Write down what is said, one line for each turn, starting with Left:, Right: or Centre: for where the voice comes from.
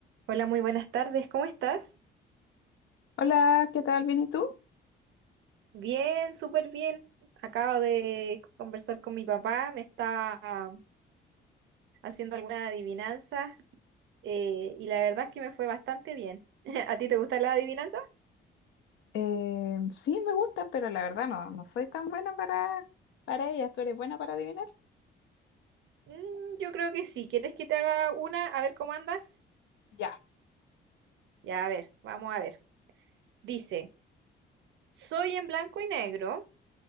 Right: Hola, muy buenas tardes, ¿cómo estás?
Left: Hola, ¿qué tal? ¿Bien y tú?
Right: Bien, súper bien. Acabo de conversar con mi papá, me estaba haciendo algunas adivinanzas eh, y la verdad es que me fue bastante bien. <laughs> ¿A ti te gusta la adivinanza
Left: Eh, sí, me gustan, pero la verdad no, no soy tan buena para, para ellas. ¿Tú eres buena para adivinar?
Right: Mm, yo creo que sí. ¿Quieres que te haga una? A ver cómo andas.
Left: Ya,
Right: Ya, a ver, vamos a ver. Dice, soy en blanco y negro,